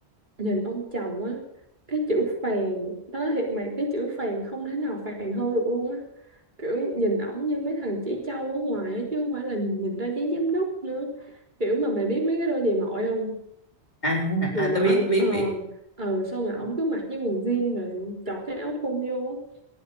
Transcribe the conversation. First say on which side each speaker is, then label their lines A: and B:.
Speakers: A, on the right (about 45°); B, on the left (about 40°).
A: nhìn ông chồng á, cái chữ phèn, đó nói thiệt mày, cái chữ phèn không thể nào phèn hơn được luôn á. Kiểu nhìn ổng như mấy thằng chỉ trâu ở ngoài á, chứ không phải là nhìn ra dáng giám đốc nữa. Kiểu mà mày biết mấy cái đôi giày mọi không?
B: à
A: Giày
B: à
A: mọi,
B: tao biết biết
A: ờ,
B: biết
A: ờ, sao mà ổng cứ mặc như quần jean rồi chọt cái áo thun vô á.